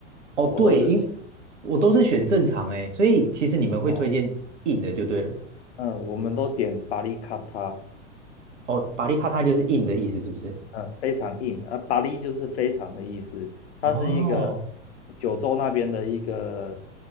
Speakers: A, on the right (about 75°); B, on the left (about 60°).
A: 哦，对，
B: 我都是吃
A: 因我都是选正常诶，所以其实你们会推荐硬的就对了。
B: 哦，嗯，我们都点巴力卡塔，
A: 哦，巴利卡塔就是硬的意思，是不是？
B: 嗯，非常硬啊，巴力就是非常的意思，它是一个
A: 哦
B: 九州那边的一个